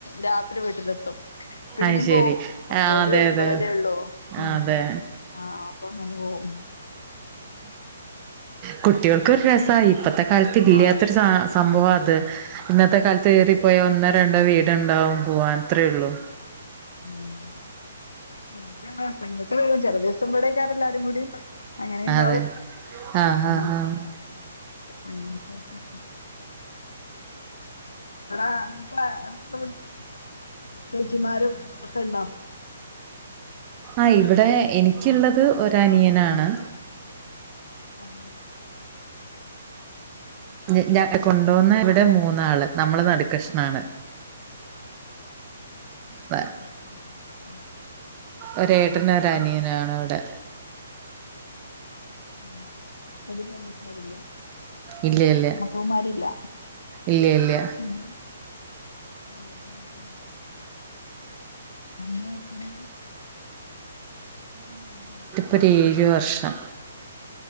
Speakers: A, on the left; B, on the right.
A: രാത്രി വീട്ടിലെത്തും. പിന്നിം
B: അത് ശരി
A: പോവും
B: ആഹ്
A: ഓരു
B: അതെ
A: വരുമ്പളല്ലേ
B: അതെ
A: ഒള്ളൂ ഉം.
B: അതെ
A: ആഹ് ആഹ് അപ്പൊ അങ്ങനെ പോവും.
B: കുട്ടികൾക്കൊരു
A: ആണ്
B: രസായി. ഇപ്പത്തെ കാലത്ത് ഇല്ല്യാത്തൊരു
A: ആഹ്
B: സാ സംഭവാ ത്. ഇന്നത്തെ കാലത്ത് ഏറിപ്പോയാ ഒന്നോ രണ്ടോ വീട്ണ്ടാവും പൂവാൻ അത്രേ ള്ളു.
A: ആഹ്. ചെൽപ്പങ്ങള് ഇങ്ങട്ട് വരും ചെല ദിവസം ഇവടെകാരം എല്ലാരും കൂടി. അങ്ങനീണ്ടാവും
B: അതെ ആഹ്
A: ഉം
B: ആഹ് ആഹ്
A: അങ്ങൻത്തൊക്കെ ആഹ് <unintelligible> ചേച്ചിമാരും ഒക്കെ ണ്ടോ?
B: ആ ഇവടെ എനിക്കുള്ളത്
A: ഇങ്ങക്ക്
B: ഒരനിയനാണ്.
A: ആഹ്
B: ഞ് ഞ കൊണ്ടോന്ന വിടെ മൂന്നാള് നമ്മള് നടുക്കഷ്ണാണ്.
A: <inaudible>
B: വ- ഒരേട്ടനും ഒരനിയനാണ് വടെ.
A: ആഹ് വടിം പെങ്കുട്ട്യേളില്ല
B: ഇല്ല ഇല്ല
A: നാത്തൂമാരില്ല
B: ഇല്ല ഇല്ല
A: മ് ഉം ഉം ഉം അമ്മേ അച്ഛനൊക്കെ ഊം
B: ഒരേഴ് വർഷം